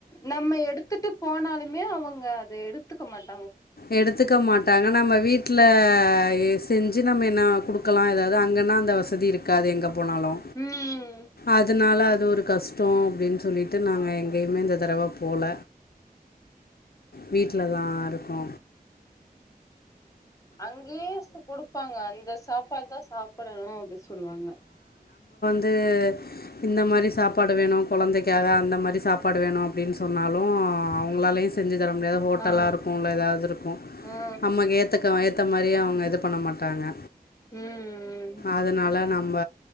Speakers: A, on the left; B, on the left.
A: நம்ம எடுத்துட்டு போனாலுமே அவங்க அத எடுத் த்துக்கமாட்
B: எடுத்துக்க மாட்டாங்க நம்ம வீட்டுல எ செஞ்சு நம்ம எ ன்னா குடுக்கலா எதாவது அங்கன்னா அந்த வசதி இருக்காது எங்கப் போனாலு
A: ம்
B: அதனால அத து ஒரு கஷ்டோ அப்டின்னு சொல் சொல்லிட்டு நாங்க
A: ஆமா
B: எங்கேயுமே இந்த தடவைப் போல வீட்டுலதா இருக்கோ
A: அங்கேயே ஸ் குடுப்பாங்க அந்த சாப் ப்பாத சாப்படனு அப்பி சொல்லுவாங்க
B: தூ இந்த மாரி சாப்பாடு வேணு கொழந்தைக்காக அந்த மாரி சாப்பாடு வேணு அப்டின்னு சொன்னாலு அவங்களாளயு செய் செஞ்சு தர முடியாது ஹோட்டலா
A: ஆ
B: இருக்கு இல்லை ஏதாவது இருக்கு
A: ஆ
B: நமக்கு ஏத்தக்க ஏத்த மாரியே அவங்க இது பண்ண மாட் தாங்க
A: ம்
B: அதனால நம்ம